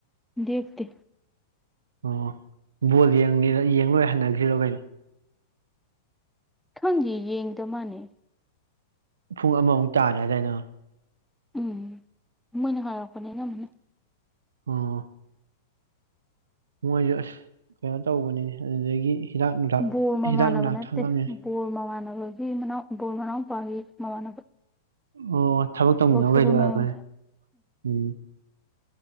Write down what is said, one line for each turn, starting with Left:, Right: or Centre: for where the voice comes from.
Centre: ꯗꯦꯞꯇꯦ
Right: ꯑꯣ ꯕꯣꯜ ꯌꯦꯡ ꯉꯤꯔꯥ ꯌꯦꯡꯂꯣꯏꯒ ꯍꯟꯅꯘ꯭ꯔꯤꯔꫭ ꯀꯩꯅꯣ
Centre: ꯈꯪꯈꯤꯌꯦ ꯌꯦꯡꯗ ꯃꯥꯅꯦ
Right: ꯄꯨꯡ ꯑꯃꯃꯨꯛ ꯇꯥꯔꯦ ꯍꯥꯏꯗꯥꯏ ꯅꯪ
Centre: ꯎꯝ ꯃꯣꯏꯅ ꯍꯥꯏꯔꯛꯄꯅꯦ ꯏꯅꯝꯃꯅ
Right: ꯑꫭ ꯃꯣꯏꯁꯨ ꯑꯁ ꯀꯩꯅꯣ ꯇꯧꯕꯅꯤꯅꯦ ꯑꯗꯨꯗꯒꯤ ꯍꯤꯗꯥꯛ ꯅꯨꯡꯊꯥꯛ
Centre: ꯕꯣꯔ ꯃꯃꯥꯟꯅꯕ
Right: ꯍꯤꯗꯥꯛ ꯅꯨꯡꯊꯥꯛ
Centre: ꯅꯠꯇꯦ
Right: ꯊꯛꯑꯝꯅꯤ
Centre: ꯕꯣꯔ ꯃꯃꯥꯟꯅꯕꯒꯤ ꯃꯅꯥꯎ ꯕꯣꯔ ꯃꯅꯥꯎ ꯄꯥꯒꯤ ꯃꯃꯥꯟꯅꯕ
Right: ꯑꯣ ꯊꯕꯛ ꯇꯧꯃꯤꯟꯅꯕ
Centre: ꯁꯨꯕ
Right: ꯈꯩꯗꯣ ꯑꯣꯏꯔꯕꯅꯦ
Centre: ꯃꯌꯥꯝꯗꯣ
Right: ꯎꯝ